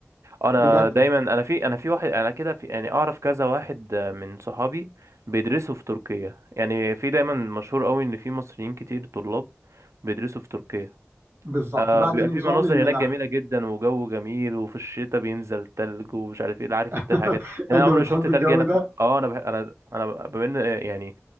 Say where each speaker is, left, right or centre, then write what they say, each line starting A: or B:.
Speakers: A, on the right (about 80°); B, on the right (about 60°).
A: انا
B: بجد
A: دايما انا في انا في واحد انا كده في يعني اعرف كذا واحد آه، من صحابي بيدرسوا في تركيا يعني في دايما مشهور قوي ان في مصريين كتير طلاب بيدرسوا في تركيا
B: بالظبط
A: آه
B: بعد
A: بيبقى
B: نظام
A: في مناظر
B: المنح
A: هناك جميلة جدا وجو جميل وفي الشتاء بينزل تلج ومش عارف ايه عارف
B: <laughs>
A: انت الحاجات يعني
B: أنت
A: انا عمري
B: بتحب
A: ما شفت تلج
B: الجو
A: هنا
B: ده؟
A: في م- اه انا بح... انا انا ب- بما ان آه، يعني